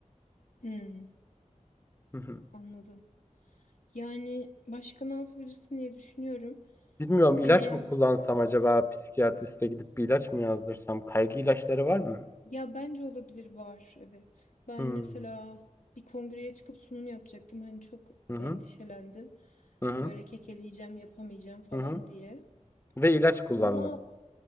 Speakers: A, on the left; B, on the left.
A: Hmm,
B: Hı hı.
A: anladım. Yani başka ne yapabilirsin diye düşünüyorum.
B: Bilmiyorum
A: Hani
B: ilaç mı kullansam acaba psikiyatriste gidip bir ilaç mı yazdırsam? Kaygı ilaçları var mı?
A: ya bence olabilir var evet. Ben
B: Hmm.
A: mesela bir kongreye çıkıp sunum yapacaktım. Hani çok
B: Hı hı.
A: endişelendim.
B: Hı hı.
A: Böyle kekeleyeceğim yapamayacağım falan
B: Hı hı.
A: diye.
B: Ve ilaç kullandım.
A: Ama